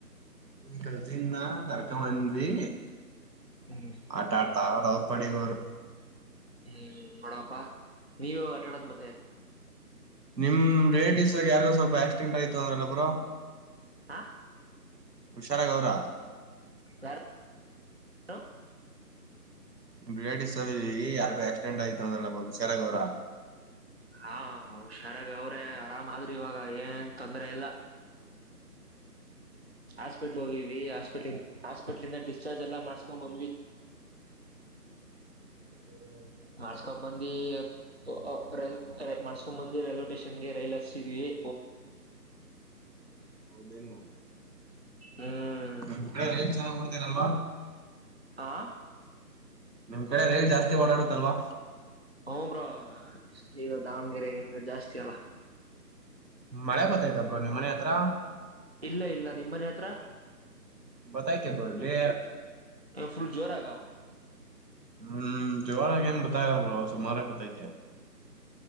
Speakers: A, on the right; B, on the right.
A: ಕಜೀನ ಕರ್ಕೊಬಂದ್ವಿ
B: ಹ್ಮ್
A: ಆಟ ಆಡ್ತ ಅವರು ಅವ್ರ ಪಡೆ ಅವರು
B: ಹ್ಮ ನೋಡಪ್ಪ ನೀವ ಇವಾಗ ಆಟಾಡೋದ್ ಮತ್ತೆ
A: ನಿಮ್ ರಿಲೇಟಿವ್ಸ್ ಯಾರಿಗೋ ಸ್ವಲ್ಪ ಎಕ್ಸ್ಟೆಂಡಟ್ ಆಯತು ಅಂದ್ರಲ್ಲ ಬ್ರೋ
B: ಆ
A: ಹುಷಾರ ಗ ಅವರಾ
B: ಯಾರ <inaudible>
A: ನಿಮ್ಮ ರಿಲೇಟಿವ್ಸ್ ನಲ್ಲಿ ಯಾರಿಗೂ ಆಕ್ಸಿಡೆಂಟ್ ಅಂದ್ರಲ್ಲ ಹುಷಾರಾಗ ಅವ್ರ
B: ಹಾ ಹುಷಾರಾಗ ಅವ್ರೇ ಆರಾಮ್ ಆದ್ರಿ ಇವಾಗ ಏನ್ ತೊಂದ್ರ ಇಲ್ಲ ಹಾಸ್ಪಿಟ್ಲ್ ಹೋಗಿದ್ವಿ ಹಾಸ್ಪಿಟ್ಲ್ ಹಾಸ್ಪಿಟ್ಲ್ ಡಿಸ್ಚಾರ್ಜ್ ಎಲ್ಲ ಮಾಡಸ್ಕೊಂಡ್ ಬಂದ್ವಿ
A: ಹ್ಮ
B: ಮಾಡ್ಸ್ಕೊಂಡ್ ಬಂದ್ವಿ ಮಾಡ್ಸ್ಕೊಂಡ್ ಬಂದ್ವಿ ಮಾಡ್ಸ್ಕೊಂಬಂದಿ ರೈಲ್ವೆ ಸ್ಟೇಷನ್ ರೈಲ್ ಆತ್ರಿಸಿದ್ದೇವೆ
A: ಹೌದೇನು
B: ಹ್ಮ್
A: ಹ್ಮಡೆ ರೇಟ್ ಚೆನ್ನ್ ಮಾಡ್ತಾರಲ್ವಾ
B: ಆಂ
A: ನಿಮ್ ಕಡೆ ರೈಲ್ ಜಾಸ್ತಿ ಓಡಾಡುತ್ತಲ್ವಾ
B: ಹು ಬ್ರೋ ಈಗ ದಾವಣಗೆರೆಗೆ ಹಂಗ ಜಾಸ್ತಿ ಅಲ್ಲ
A: ಮಳೆ ಬರ್ತಾ ಐತೆ ಬ್ರೋ ನಿಮ್ಮ ಮನೆ ಹತ್ರ
B: ಇಲ್ಲ ಇಲ್ಲ ನಿಮ್ಮನೆ ಹತ್ರ
A: ಬರ್ತೈತೆ ಬ್ರೋ ಇಲ್ಲಿ
B: ಫುಲ್ ಜೋರಗ
A: ಹ್ಮ್ ಜೋರಾಗಿ ಬರ್ತಾ ಇಲ್ಲ ಬ್ರೋ ಸುಮಾರ ಬರ್ತಾ ಇದೆ